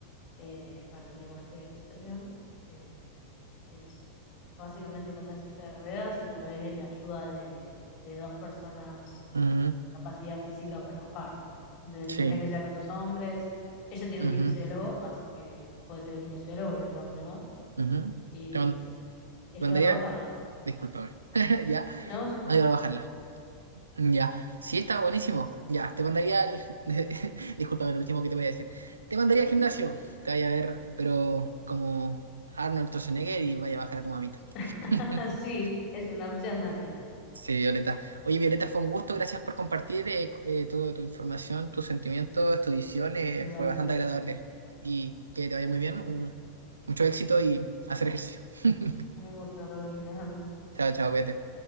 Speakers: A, on the left (about 40°); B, on the right (about 75°).
A: eh, para el tema este de la citación. eh, es básicamente con una silla de ruedas y tal vez la ayuda de, de dos personas eh,
B: ujú,
A: con capacidad física para bajarlas. De-
B: Sí.
A: Tendrían que ser dos hombres. Ella tiene
B: ujú,
A: un kinesiólogo, así que puede ser el kinesiólogo y otro hombre más
B: ujú.
A: y,
B: Te mand-
A: y
B: te
A: ayudar
B: mandaría...
A: a bajarla.
B: Discúlpame. <laughs> Ya,
A: No, sí.
B: no iba a bajarla. Ya, sí, está buenísimo. Ya, te mandaría al. <laughs> Discúlpame, lo último que te voy a decir. Te mandaría
A: Sí,
B: al gimnasio. Te vaya a ver, pero como Arnold Schwarzenegger y vaya a bajar a tu mamita.
A: <laughs>
B: <laughs>
A: sí, es una opción también.
B: Sí, Violeta. Oye, Violeta, fue un gusto. Gracias por compartir eh, eh, toda tu información, tus sentimientos, tu visión. eh,
A: Igualmente.
B: fue bastante agradable. Y que te vaya muy bien. un- mucho éxito y hacer ejercicio. <laughs>
A: Un gusto, Rodri. Nos vemos.
B: Chao, chao, cuídate.